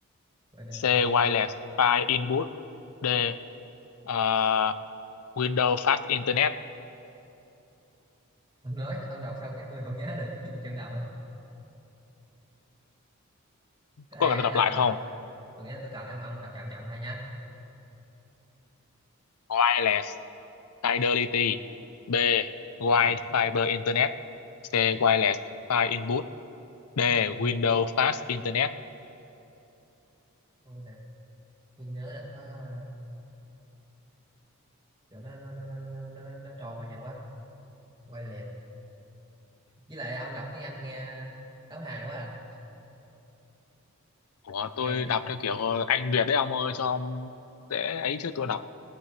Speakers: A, on the right; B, on the left.
A: wider
B: C.
A: hyper
B: Wireless File Input. D. ờ, Windows Fast Internet.
A: ông nói ông đọc xong cái tôi không nhớ được cái gì trong đầu có
B: Có
A: thể
B: cần tôi đọc
A: nào
B: lại không?
A: tôi nghĩ là tôi cần ấy mà ông đọc chậm chậm hay nhá
B: Wireless Fidelity. B. Wide
A: ok
B: Fiber Internet. C. Wireless File Input. D.
A: tôi,
B: Windows Fast Internet.
A: tôi, để- tôi nhớ được có ờ, kiểu nó nó nó nó nó, nó, nó, nó trôi qua nhanh quá quay liệt với lại ông đọc tiếng Anh nghe đấu hài quá à
B: Ủa, tôi
A: này ờ,
B: đọc theo kiểu Anh Việt đấy ông ơi cho ông dễ ấy chứ tôi đọc